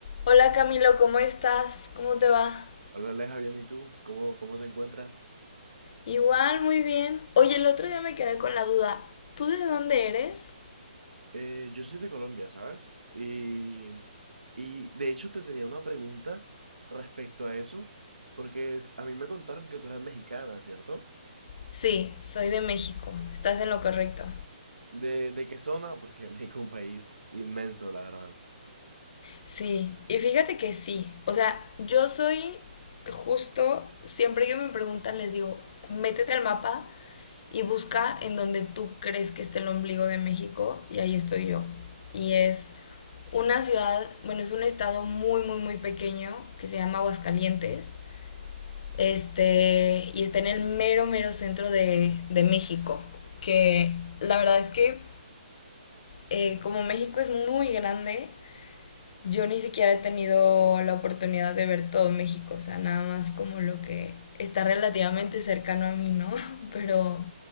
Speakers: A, on the left (about 40°); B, on the right (about 75°).
A: Hola Camilo, ¿cómo estás? ¿Cómo te va?
B: Hola Aleja, bien, ¿y tú? ¿Cómo, cómo te encuentras?
A: Igual, muy bien. Oye, el otro día me quedé con la duda. ¿Tú de dónde eres?
B: Eh, yo soy de Colombia, ¿sabes? Y, y de hecho te tenía una pregunta respecto a eso, porque es- a mí me contaron que tú eras mexicana, ¿cierto?
A: Sí, soy de México. Estás en lo correcto.
B: ¿De, de qué zona? Porque <laughs> México es un país inmenso, la verdad.
A: Sí, y fíjate que sí. O sea, yo soy justo, siempre que me preguntan les digo, métete al mapa y busca en donde tú crees que está el ombligo de México y ahí estoy yo. Y es una ciudad, bueno, es un estado muy, muy, muy pequeño que se llama Aguascalientes Este, y está en el mero, mero centro de, de México. Que la verdad es que, eh, como México es muy grande, yo ni siquiera he tenido la oportunidad de ver todo México. O sea, nada más como lo que está relativamente cercano a mí, ¿no? <laughs> Pero